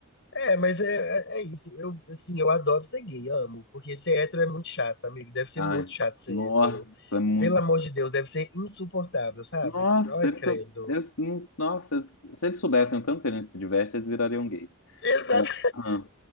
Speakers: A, on the left (about 55°); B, on the left (about 85°).
A: É, mas é, é é isso. Eu, assim, eu adoro ser gay, amo. Porque ser hétero é muito chato, amigo. Deve ser
B: Ai,
A: muito chato ser
B: nossa,
A: hétero.
B: muito.
A: Pelo amor de Deus, deve ser insuportável, sabe?
B: Nossa,
A: Ai,
B: eles
A: credo.
B: são. Eles, não- nossa, se eles soubessem o tanto que a gente se diverte, eles virariam gays.
A: Exato.
B: É, ah,